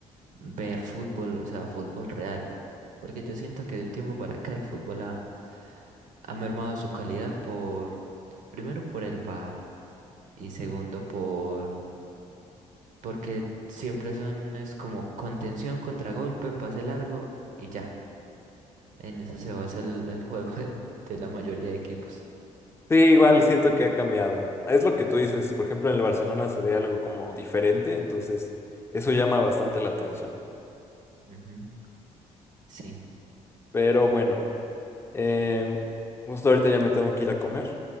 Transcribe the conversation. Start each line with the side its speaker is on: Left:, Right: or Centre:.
Right: ver fútbol, o sea, fútbol real. Porque yo siento que de un tiempo para acá el fútbol ha, ha mermado su calidad por, primero por el bar y segundo por, porque siempre son, es como contención, contragolpe, pase largo y ya. En eso se basa el, el juego <laughs> de, de la mayoría de equipos.
Left: Sí, igual siento que ha cambiado. Es lo que tú dices, por ejemplo, en el Barcelona se ve algo como diferente, entonces eso llama bastante la atención.
Right: Ujú, Sí,
Left: Pero bueno, eh, justo ahorita ya me tengo que ir a comer,